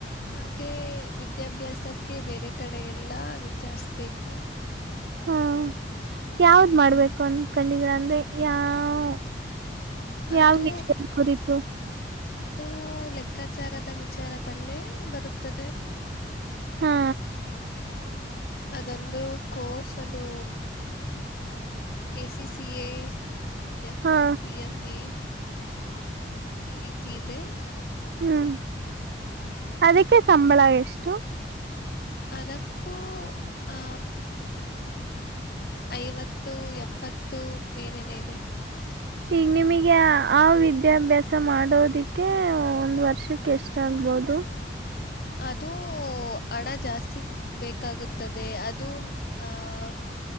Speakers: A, on the left; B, on the right.
A: ಹಾಗೆ ವಿದ್ಯಾಭ್ಯಾಸಕ್ಕೆ ಬೇರೆ ಕಡೆ ಎಲ್ಲಾ ವಿಚಾರಿಸಬೇಕು.
B: ಹಾ ಯಾವ್ದ್ ಮಾಡ್ಬೇಕ ಅನ್ ಅನ್ಕೊಂಡಿದೀರಾ ಅಂದ್ರೆ ಯಾವ್ ಯಾವುದು
A: ಅದು
B: ನೆಕ್ಸ್ಟ್ ಅನ್ಕೊಂಡಿದ್ದು
A: ಅದು ಲೆಕ್ಕಾಚಾರದ ವಿಚಾರದಲ್ಲೇ ಬರುತ್ತದೆ.
B: ಹಾ
A: ಅ ಅದೊಂದು ಕೋರ್ಸ್ ಅದು A C C A C F
B: ಹಾ
A: ಎ ಸಿ ಎಂ ಇ ಈ ರೀತಿ ಇದೆ
B: ಹ್ಮ್
A: ಹ್ಮ್
B: ಅದೀಕ್ಕೆ ಸಂಬಳಾ ಎಷ್ಟು?
A: ಅದಕ್ಕೂ ಆ ಐವತ್ತು ಎಪ್ಪತ್ತು ಮೇಲನೆ ಇದೆ.
B: ಈಗ ನಿಮಗೆ ಆ ವಿದ್ಯಾಭ್ಯಾಸ ಮಾಡೋದಿಕ್ಕೆ ಒಂದ್ ವರ್ಷಕ್ಕೆ ಎಷ್ಟ ಆಗ್ಬೋದು.
A: ಅದು ಹಣ ಜಾಸ್ತಿ ಬೇಕಾಗುತ್ತದೆ ಅದು ಆಹ